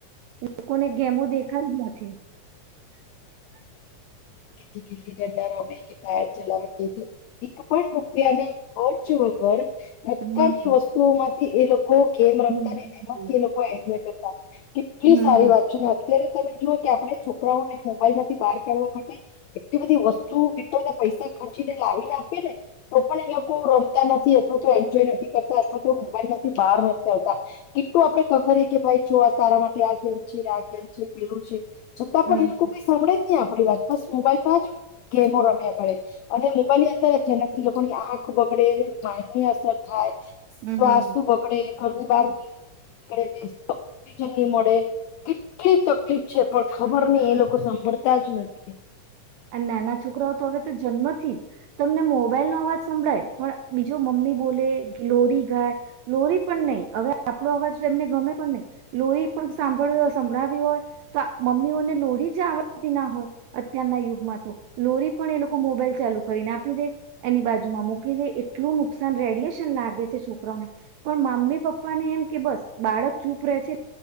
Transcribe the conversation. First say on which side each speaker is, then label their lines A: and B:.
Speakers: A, on the right; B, on the left.
A: લોકોને ગેમું દેખાય જ નથી, <unintelligible>
B: ત ગીલી <inaudible> ડારમે કે ટાયર ચલા ગ એક પણ રૂપિયાને ઘર છ હ ઘર મુક્કમી
A: હમ
B: વસ્તુમાં એ લોકો લોકો ગેમ
A: હમ
B: રમતાને એમાંથી એ લોકો એન્જોય કરતા કેટલી
A: હમ
B: સારી વાત અત્યારે તમે જુઓ કે આપણે છોકરાઓને મોબાઈલમાંથી બાર કરવા માટે એટલી બધી વસ્તુ કેટલા બધા પૈસા ખર્ચીને લાવીને આપીએ, ને તો પણ એ લોકો રમતા નથી અથવા તો એન્જોય નથી કરતા અથવા તો મોબાઈલ માંથી બહાર નથી, આવતા કેટલું આપડે ખબર કે ભાઈ જો તારા માટે આ ગેમ છે આ ગેમ છે પેલું છે. છતાં
A: હમ
B: પણ એ લોકો કઈ સાભળે નહી આપડી વાત બસ મોબાઈલ માં જ ગેમો રમ્યા કરે, અને મોબાઈલ ની અંદર જેનાથી લોકોની આંખ બગડે માઈન્ડ ની અસર થાય શ્વાસ
A: હમ
B: બગડે ઘરની બહાર ની નીકળે, ઓજન ની મળે કેટલી તકલીફ છે, પણ ખબર નહ એ લોકો સાંભળતા ત જ નથી
A: નાના છોકરાઓ તો હવે તો જન્મથી જ તમને મોબાઈલ નો અવાજ સંભળાય પણ બીજો મમ્મી બોલે લોરી ગાય લોરી પણ નહી, હવે આપણો અવાજ એમને ગમે પણ નહી લોરી પણ સાંભળ સંભળાવી હોય તો મમ્મીઓને લોરી જ આવડતી ના હોય, અત્યારના યુગ લોરી પણ એ લોકો મોબાઈલ ચાલુ કરીને આપી દે એની બાજુમાં મૂકી દે એટલું નુકસાન રેડિયેશન લાગે છે, છોકરાઓને પણ મમ્મી પપ્પાને એમ કે બસ બાળક ચૂપ રહે છે,